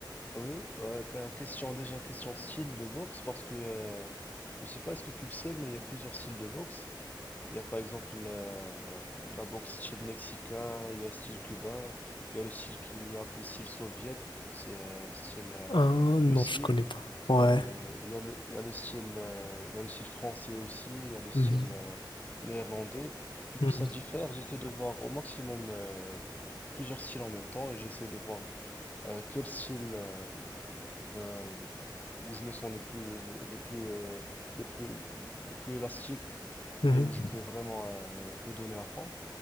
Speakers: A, on the left (about 20°); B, on the left (about 80°).
A: oui, euh, ben, question, déjà question style de boxe parce que euh, je sais pas, est-ce que tu le sais, mais il y a plusieurs styles de boxe. Il y a par exemple la, la boxe style mexicain, il y a style cubain, il y a le style qui est appelé style soviète, c'est euh, style euh,
B: Ah
A: Russie.
B: non, je connais pas. Ouais.
A: Euh, il y a le, il y a le style, euh, il y a le style français aussi, il y a le style
B: Mhm.
A: euh, néerlandais. Du
B: Mhm.
A: coup, ça diffère. J'essaie de voir au maximum euh, plusieurs styles en même temps et j'essaie de voir euh, quel style. euh, euh, où je me sens le plus le, le plus euh, le plus le plus élastique
B: Mhm.
A: et où je peux vraiment euh, me donner à fond.